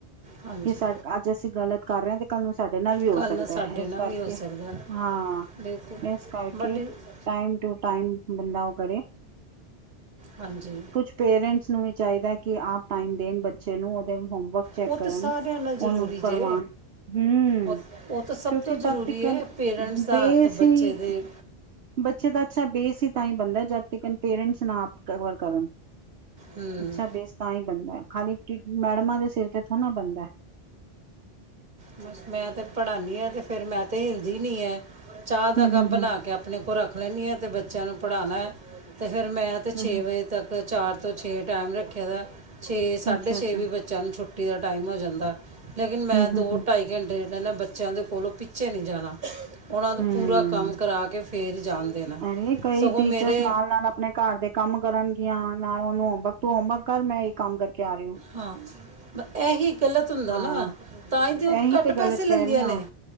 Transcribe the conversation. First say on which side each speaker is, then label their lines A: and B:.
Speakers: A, on the right (about 45°); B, on the right (about 70°).
A: ਹਾਂਜੀ
B: ਕਿ ਅੱਜ ਅਸੀਂ ਗਲਤ ਕਾਰ ਰੇ ਆਂ ਤੇ ਕੱਲ ਨੂੰ ਸਾਡੇ ਨਾਲ ਵੀ ਹੋ
A: ਕੱਲ੍ਹ
B: ਸਕਦਾ
A: ਨਾ ਸਾਡੇ
B: ਇਸ
A: ਨਾਲ
B: ਕਾਰਕੇ
A: ਵੀ ਹੋ
B: ਹਾਂ
A: ਸਕਦਾ ਹੈ, <unintelligible>
B: ਇਸ ਕਰਕੇ ਟਾਈਮ ਟੂ ਟਾਈਮ ਬੰਦਾ ਓ ਕਰੇ
A: ਹਾਂਜੀ।
B: ਕੁਛ ਪੇਰੈਂਟਸ ਨੂੰ ਵੀ ਚਾਹੀਦਾ ਕਿ ਆਪ ਟਾਈਮ ਦੇਨ ਬੱਚੇ ਨੂੰ ਉਦੇ ਹੋਮਵਰਕ ਚੈਕ
A: ਉਹ
B: ਕਰਨ,
A: ਤਾਂ ਸਾਰਿਆਂ ਨਾਲ ਜ਼ਰੂਰੀ
B: ਓਨੂੰ ਕਰਵਾਨ
A: ਜੇ
B: ਹੂ
A: ਉਹ ਉਹ ਤਾਂ ਸਭ
B: ਕਿਉਂਕਿ
A: ਤੋਂ
B: ਤੱਤੀ
A: ਜ਼ਰੂਰੀ
B: ਕੱਲ
A: ਹੈ ਪੇਰੈਂਟਸ ਦਾ
B: ਬੇਸ
A: ਹੱਥ ਬੱਚੇ
B: ਸੀ
A: ਦੇ
B: ਬੱਚੇ ਤਾਂ ਅੱਛਾ ਬੇਸ ਈ ਤਾਂਈ ਬੰਦਾ ਜਾਦ ਤਕਨ ਪੇਰੈਂਟਸ ਨਾ ਕਵਰ ਕਰਨ।
A: ਹੂੰ
B: ਅੱਛਾ ਬੇਸ ਤਾਂਈ ਬੰਦਾ ਖਾਲੀ ਮੈੜਮਾਂ ਦੇ ਸਿਰ ਤੇ ਥੋੜੀ ਬਨਦ।
A: ਬਸ ਮੈਂ ਤੇ ਪੜ੍ਹਾਉਂਦੀ ਹਾਂ ਤੇ ਫਿਰ ਮੈ ਤਾਂ ਹਿਲਦੀ ਨਹੀਂ ਹੈ। ਚਾਹ ਦਾ
B: ਹਮ
A: ਕੱਪ
B: ਹਮ
A: ਬਣਾ
B: ਹਮ
A: ਕੇ ਆਪਣੇ ਕੋਲ ਰੱਖ ਰੱਖ ਲੈਂਦੀ ਹਾਂ ਅਤੇ ਬੱਚਿਆਂ ਨੂੰ ਪੜ੍ਹਾਉਣਾ ਤੇ ਫਿਰ ਮੈਂ ਤਾਂ ਛੇ
B: ਹਮ ਹਮ
A: ਵਜੇ ਤੱਕ ਚਾਰ ਤੋਂ ਛੇ ਟਾਈਮ ਰੱਖੇ ਦਾ ਛੇ ਸਾਢੇ
B: ਅੱਛਾ
A: ਛੇ
B: ਅੱਛਾ
A: ਵੀੇ ਚੱਲ ਛੁੱਟੀ ਦਾ ਟਾਈਮ ਹੋ ਜਾਂਦਾ ਲੇਕਿਨ
B: ਹਮ
A: ਮੈਂ ਦੋ
B: ਹਮ ਹਮ
A: ਇਕ ਘੰਟੇ ਡਨ ਹੈ ਬੱਚਿਆਂ ਦੇ ਕੋਲੋਂ ਪਿੱਛੇ ਨਹੀਂ ਜਾਣਾ ਉਹਨਾਂ ਦਾ
B: ਹਮ
A: ਪੂਰਾ ਕੰਮ ਕਰਾ ਕੇ ਫਿਰ ਜਾਣ ਦੇਣਾ
B: ਅਰੇ ਕਈ
A: ਸਗੋਂ
B: ਟੀਚਰਸ
A: ਮੇਰੇ
B: ਨਾਲ-ਨਾਲ ਆਪਣੇ ਘਰ ਦੇ ਕੰਮ ਕਰਨਗੀਆਂ ਨਾਲ ਉਹਨੂੰ ਹੋਮਵਰਕ ਟੂ ਹੋਮਵਰਕ ਕਰ ਮੈਂ ਇਹ ਕੰਮ ਕਰਕੇ ਆ ਰਹੀ ਹੂ
A: ਹਾਂ ਇਹੀ ਗਲਤ ਹੁੰਦਾ
B: ਹਾਂ
A: ਨਾ ਤਾਂ ਹੀ ਤਾਂ ਉਹ
B: ਇਹੀ
A: ਘੱਟ
B: ਤੇ ਗਲਤ
A: ਪੈਸੇ ਲੈਂਦੀਆਂ
B: ਕਹਿ ਰਹੀ ਹਾਂ
A: ਨੇ